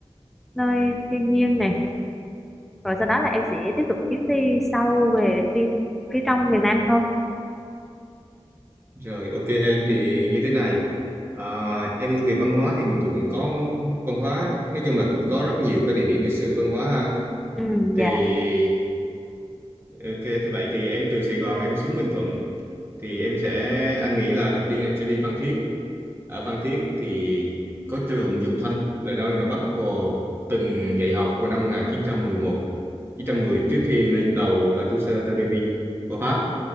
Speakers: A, in the centre; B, on the right.
A: nơi thiên nhiên này rồi sau đó là em sẽ tiếp tục chuyến đi sâu về phía, phía trong miền Nam hơn
B: Rồi ok em thì như thế này à, em về văn hóa thì Bình Thuận có văn hóa nói chung là cũng có rất nhiều cái địa điểm lịch sử văn hóa ha
A: ừ
B: thì
A: dạ
B: ok thì vậy thì em từ Sài Gòn em xuống Bình Thuận thì em sẽ anh nghĩ là đầu tiên em sẽ đi Phan Thiết ở Phan Thiết thì có trường Dục Thanh là nơi mà Bác Hồ từng dạy học vào năm 1911 910 trước khi lên tàu La Touche Tây Rê Vinh qua Pháp